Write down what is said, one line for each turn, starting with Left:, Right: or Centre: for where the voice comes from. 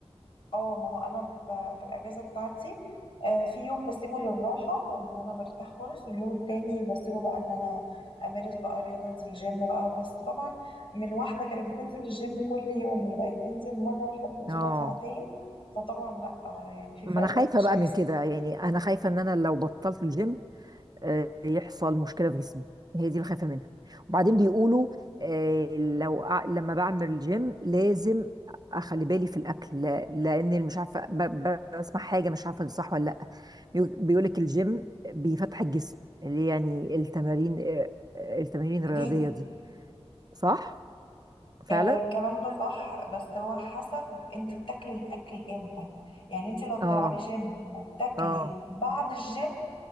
Left: اه ما هو انا ب... في الاجازه بتاعتي آه، في يوم بسيبه للراحه ان انا برتاح خالص واليوم التاني بسيبه بقى ان انا امارس بقى رياضه انزل جيم بقى بس طبعا من واحده كانت بتنزل الجيم كل يوم اللي بقت تنزل مره واحده في الاسبوع
Right: اه
Left: ساعتين فطبعا لا أنا يعني في
Right: ما
Left: فرق
Right: انا خايفه
Left: شاسع
Right: بقى من كده يعني انا خايفه ان انا لو بطلت الجيم آه، يحصل مشكله في جسمي هي دي اللي خايفه منها وبعدين بيقولوا آه، لو أع- لما بعمل جيم لازم اخلي بالي في الاكل لا- لان مش عارفه ب- ب- بسمع حاجه مش عارفه دي صح ولا لا بيو- بيقولك الجيم بيفتح الجسم اللي يعني التمارين آه، آه، التمارين الرياضيه
Left: قوليلي
Right: دي صح فعلا
Left: آه، الكلام ده صح بس هو حسب انت بتاكلي الاكل امتى يعني انت لو بتلعبي
Right: اه
Left: جيم وبتاكلي
Right: اه
Left: بعد الجيم